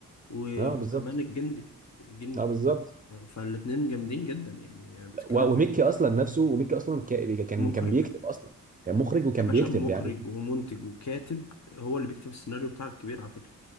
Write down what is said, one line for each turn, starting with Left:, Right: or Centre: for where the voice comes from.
Left: و-
Right: اه
Left: وكمان
Right: بالظبط
Left: الجندي الجندي
Right: اه بالظبط
Left: فالاتنين جامدين جدا يعني بتتكلم
Right: و- وميكي
Left: في
Right: اصلا نفسه وميكي اصلا كا- كان
Left: مخرج
Right: كان بيكتب اصلا كان مخرج وكان
Left: يا باشا
Right: بيكتب
Left: مخرج
Right: يعني
Left: ومنتج وكاتب هو اللي بيكتب السيناريو بتاع الكبير على فكرة